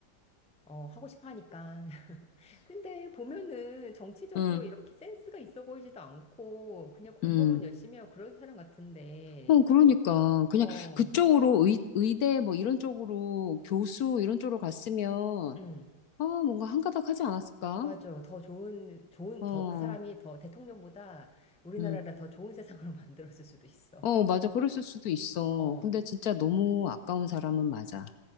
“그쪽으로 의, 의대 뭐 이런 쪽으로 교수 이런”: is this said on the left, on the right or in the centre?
Left